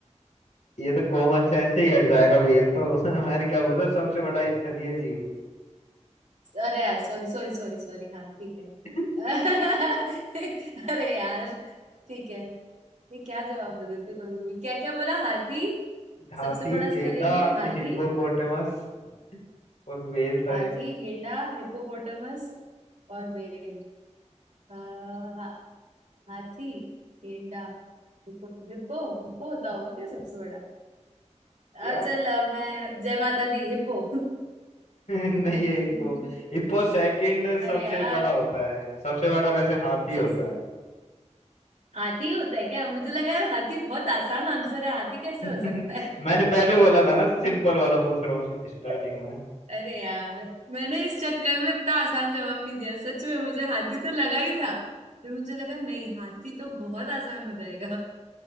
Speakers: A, on the left; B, on the right.
A: ये तो कॉमन सेंस से ही हट
B: हम्म।
A: जाएगा बेल तो <laughs> मैंने क्या बोला सबसे बड़ा स्थलीय जीव
B: अरे यार सॉरी सॉरी सॉरी सॉरी हाँ ठीक है
A: <laughs>
B: <laughs> अरे यार ठीक है मैं क्या जवाब दूँ देखते कभी कभी क्या क्या बोला हाथी
A: हाथी
B: सबसे बड़ा
A: गेंडा
B: स्थलीय जीव हाथी
A: हिप्पोपोटामस और व्हेल था
B: हाथी
A: एक
B: गेंडा हिप्पोपोटामस और व्हेल आ, हा, हाथी गेंडा हिप्पो हिप्पो हिप्पो होता होगा क्या सबसे बड़ा अ,
A: यार
B: चल अ, मैं जय माता दी हिप्पो
A: <laughs> नहीं है हिप्पो
B: <laughs>
A: हिप्पो सेकंड
B: अरे
A: सबसे
B: यार
A: बड़ा होता है सबसे बड़ा वैसे हाथी
B: सब
A: होता है
B: हाथी होता है क्या मुझे लगा यार हाथी बहुत आसान आंसर है हाथी कैसे
A: <laughs>
B: हो सकता है
A: मैंने पहले बोला था ना सिंपल वाला पूछ रहा हूँ स्टार्टिंग
B: <laughs>
A: में <laughs>
B: अरे यार मैंने इस चक्कर में इतना आसान जवाब नहीं दिया सच में मुझे हाथी तो लगा ही था फिर मुझे लगा नहीं हाथी तो बहुत आसान हो जाएगा <laughs>